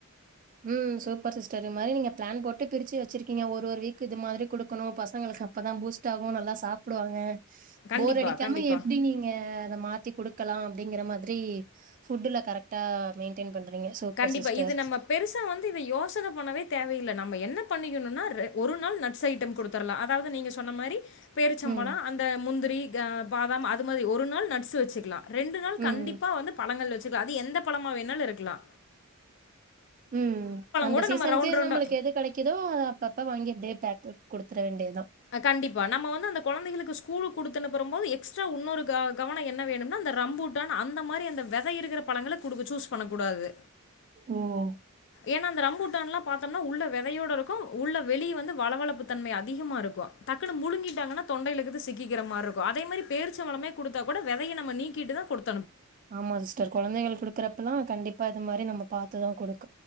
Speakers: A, on the right (about 40°); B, on the left (about 55°).
A: உ சூப்பர் சிஸ்டர் இமாரி நீங்க பிளான் போட்டு பிரிச்சு வச்சிருக்கீங்க ஒரு ஒரு வீக் இது மாதிரி கொடுக்கணு பசங்களுக்கு அப்பதா பூஸ்ட் ஆகு நல்லா சாப்பிடுவாங்க
B: கண்டிப்பா
A: போர் அடிக்காம
B: கண்டிப்பா
A: எப்படி நீங்க அத மாத் த்தி கொடுக்கலா அப்டிங்கற மாதிரி ஃபுட்ல கரெட்டா மெயின்டென் ப்பண்றீங்க சூப்பர்
B: கண்டிப்பா.
A: சிஸ்டர்
B: இது நம்ம பெருசா வந்து இத யோசன பண்ணவே தேவையில்ல நம்ம என்ன பண்ணிக்கணும்னா ஒரு நாள் நட்ஸ் ஐட்டம் கொடுத்துரலா அதாவது நீங்க சொன்ன மாரி பேரிச்சம்பலோ
A: ம்
B: அந்த முந்திரி ஆ பாதாம் அது மாதிரி ஒரு நாள் நட்ஸ் வச்சுக்கலா ரெண்டு நாள்
A: ம்
B: கண்டிப்பா வந்து பளங்கள் வச் அது எந்த பழமா வேணாலும் இருக்கலா
A: உம் அந்த
B: கூட
A: சீசனுக்கு
B: நம்ம ரவுண்ட் ரவுண்டா
A: நம்மளுக்கு எது கிடைக்குதோ அப்பப்ப வாங்கிட்டே தட்புட் கொடுத்துற வேண்டியது
B: கண்டிப்பா நம்ம வந்து அந்த கொழந்தைகளுக்கு ஸ்கூல் ஸ்கூலுக்கு கொடுத்தன்னுப்பற போது எக்ஸ்ட்ரா இன்னொரு கவனம் என்ன வேணுனா அந்த ரம்பூட்டன் அந்த மாரி அந்த விதை இருக்கிற பழங்களை கொடுக்க சூஸ் பண்ணக்கூடாது
A: உம்
B: ஏன்னா அந்த ரம்பூட்டன்லாம் பார்த்தோம்னா உள்ள விதையோட இருக்கும் உள்ள வெளியே வந்து வளவளப்பு தன்ம அதிகமா இருக்கும் டக்குன்னு முழுங்கிட்டாங்கன்னா தொண்டைலகிறது சிக்கிக்கிற மாதிரி இருக்கும் அதே மாதிரி பேரிச்ச பழமே கொடுத்தா கூட விதையை நம்ம நீக்கிட்டு தான் கொடுத்
A: ஆமா சிஸ்டர் கொழந்தைகளுக்கு குடுக்குறப்பல்லா கண்டிப்பா இந்த மாரி நம்ம பாத்துதான் கொடுக்